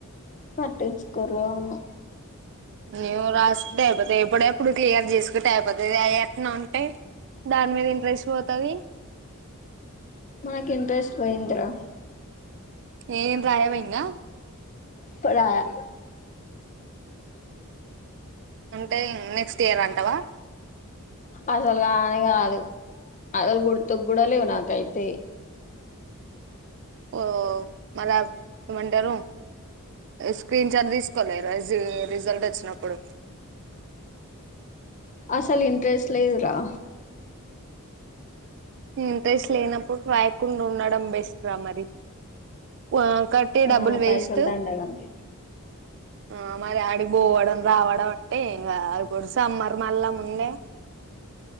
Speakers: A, on the left; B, on the right.
A: కట్ కుర్రేమో
B: నీవ్ రాస్తే అయిపోతాయి ఎప్పుడ ఎప్పుడు క్లియర్ చేసుకుంటే అయిపోతది అ యి ఎట్నో ఉంటే దాని మీద ఇంట్రెస్ట్ పోతది
A: మనకి ఇంట్రెస్ట్ పోయిందిరా
B: ఎమ్ రాయవయింగా
A: పుడు <unintelligible> రాయా
B: అంటే నెక్స్ట్ ఇయర్ అంటావా
A: అసలు గానే కాదు అసలు గుర్తుకు కూడా లేవు నాకైతే
B: ఓ మళ ఏమంటారు స్క్రీన్ చార్ట్ తీసుకోలేరు రజ్ రిజల్ట్ వచ్చినప్పుడు
A: అసలు ఇంట్రెస్ట్ లేదు ఆ
B: ఉమ్ తేస్ లేనప్పుడు రాయకుండ్ ఉండడం బెస్ట్ రా <unintelligible> మరి వావ్ కట్టి
A: ఆ
B: డబ్బులు వేస్ట్
A: పైసలు దండగని
B: ఆ మరి ఆడిపోవడం రావడం ఎ ఆ కుడ్ స మార్ మల్ల <unintelligible> ముందే